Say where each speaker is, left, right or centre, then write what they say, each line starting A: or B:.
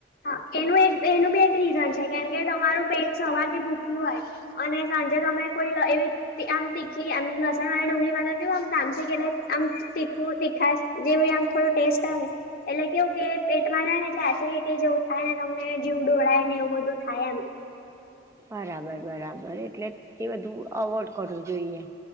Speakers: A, on the left (about 50°); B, on the right (about 15°).
A: હા એનું એક એનું બી એક રીઝન છે કેમ કે તમારું પેટ સવારથી ભૂખ્યું હોય. અને સાંજે તમે કોઈ એવી. આમ તીખી આમ લસણ અને ડુંગરી મા તો કેવું તાનસિક ક આમ. તીખવું તીખાસ જેવ આમ થોડું ટેસ્ટ આવે એટલે કેવું કે પેટમાં ના ને એટલે એસીડી જેવું થાય ને તમને જીવ ડોળાય ને એવું બધું થાય એમ.
B: બરાબર બરાબર એટલે એ બધું અવોડ કરવું જોઈએ.